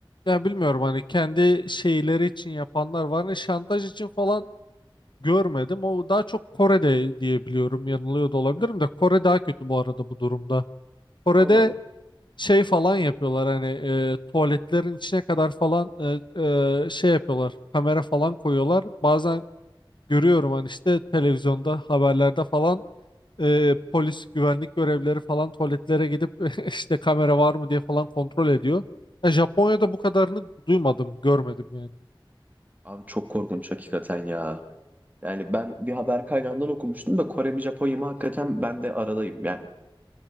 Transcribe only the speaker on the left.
ya bilmiyorum hani kendi şeyleri için yapanlar var. Hani şantaj için falan görmedim. O daha çok Kore'de diye biliyorum. Yanılıyor da olabilirim de Kore daha kötü bu arada bu durumda. Kore'de
şey falan yapıyorlar hani e, tuvaletlerin içine kadar falan e, e, şey yapıyorlar. Kamera falan koyuyorlar. Bazen görüyorum hani işte televizyonda haberlerde falan e, polis güvenlik görevlileri falan tuvaletlere gidip <laughs> işte kamera var mı diye falan kontrol ediyor. Ya Japonya'da bu kadarını duymadım, görmedim yani.